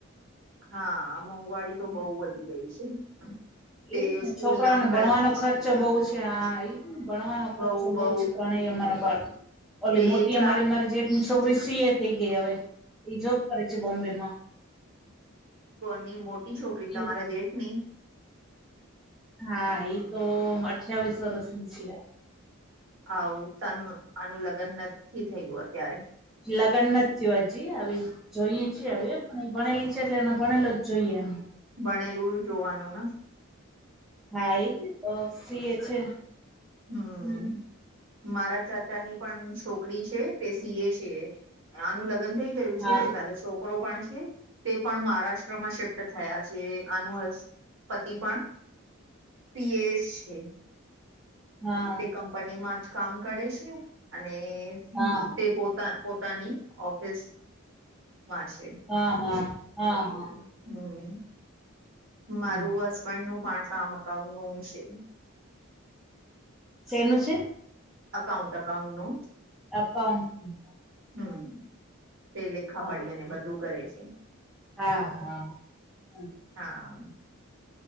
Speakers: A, on the right (about 65°); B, in the centre.
A: હા મોંઘવારી તો બહુ વધી ગઈ છે. તે
B: એને
A: સ્કૂલ
B: છોકરાને
A: ના ખર્ચ
B: ભણવાનો ખર્ચો બહુ છે આ ભણવાનો ખર્ચો
A: બઉ
B: બહુ
A: બઉ
B: જ ત્રણેય અમારો બાળ ઓલી
A: તે
B: મોટી
A: એક
B: અમારી
A: લાખ
B: મારી જે છોકરી સીએ થઈ ગઈ હવે એ જોબ કરે છે બોમ્બે માં
A: કોની મોટી છોકરી
B: એ
A: તમારા જેઠ ની
B: હા એ તો અઠાવીસ વર્ષની છે.
A: આવું તનું આનું લગ્ન નથી થયું અત્યારે.
B: લગ્ન નથી થયુ હજી આવી જોઈ છીએ હવે પણ એ ભનેલી છે એટલે એ ભણેલો જ જોઈએ એમ.
A: ભણેલું જોવાનું ને?
B: હા ઈ તો સી એ છે.
A: હમ્મ.
B: હમ
A: મારા ચાચા ની પણ છોકરી છે તે સી એ છે. આનું લગ્ન થઈ ગયું
B: હા
A: છે. તે પેલા છોકરો પણ છે તે પણ મહારાષ્ટ્રમાં શિફ્ટ થયા છે આનુ હસ પતિ પણ પી એસ છે.
B: હા
A: તે કંપનીમાં જ કામ કરે છે અને
B: હા
A: તે પોતા પોતાની ઓફિસ વાસે.
B: હા હા, હા હા.
A: હમ્મ,
B: હમ
A: મારું હસબન્ડ નું પણ કામ અકાઉન્ટ નું છે.
B: સેનું છે?
A: અકાઉન્ટ અકાઉન્ટ નું.
B: અકાઉન્ટસ નું.
A: હમ્મ, તે લેખા
B: હા
A: પડી અને બધું કરે છે.
B: હા હા. હમ.
A: હા.